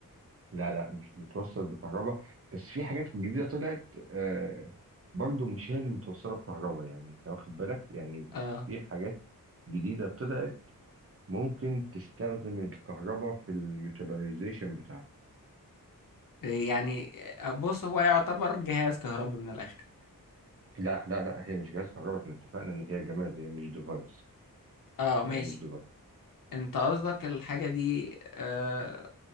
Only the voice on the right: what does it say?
لا لا مش بتوصل بكهرباء بس في حاجات جديدة طلعت آه برضو مش هي اللي متوصلة بكهرباء يعني انت واخد بالك يعني
في حاجات جديدة طلعت ممكن تستخدم الكهرباء في اليوتيلايزيشن بتاعها
لا لا لا هي مش جهاز كهرباء احنا اتفقنا ان هي جماد هي مش ديفايس
هي مش ديفايس